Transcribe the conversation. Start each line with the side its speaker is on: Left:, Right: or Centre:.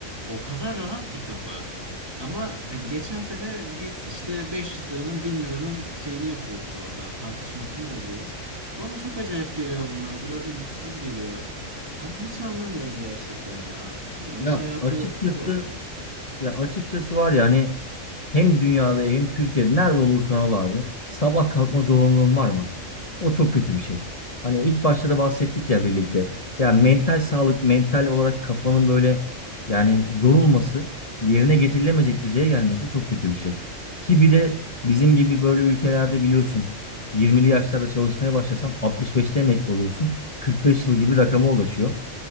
Right: o kadar rahat ki kafa. Ama hani geçen sene biz işte 500 liranın 1000 liranın şeyini yapıyoruz orada. Tartışmasını veriyoruz. Bana çok acayip geliyor bunlar. Biraz da yüzsüz geliyor. Hani hiç anlamıyorum gerçekten ya. Bilmiyorum
Left: Ya
Right: iş hayatı
Left: Açıkçası
Right: zor.
Left: ya açıkçası var ya hani Hem dünyada hem Türkiye'de nerede olursan ol abi. Sabah kalkma zorunluluğun var mı? O
Right: Hı
Left: çok
Right: hı.
Left: kötü bir şey. Hani ilk başta da bahsettik ya birlikte. Ya mental sağlık, mental olarak kafanın böyle yani yorulması, yerine getirilemeyecek düzeye gelmesi çok kötü bir şey. Ki bir de bizim gibi böyle ülkelerde biliyorsun 20'li yaşlarda çalışmaya başlasan 65'te emekli oluyorsun. 45 yıl gibi rakama ulaşıyor.